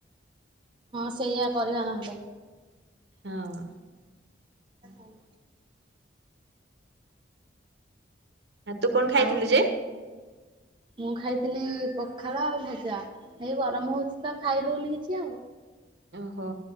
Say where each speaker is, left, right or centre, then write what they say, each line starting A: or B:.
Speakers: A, on the right (about 25°); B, on the right (about 65°).
A: ହଁ ସେଇଆ କରିବା ନହେଲେ।
B: ହଁ।
A: <unintelligible>
B: ହା ତୁ କଣ ଖାଇଥିଲୁ
A: ଆଉ
B: ଯେ?
A: ମୁଁ ଖାଇଥିଲି ପଖାଳ ଆଉ ଭଜା ଏଇ ଗରମ ହଉଛି ତ ଖାଇ ହଉନି କିଛି ଆଉ।
B: ଓହୋ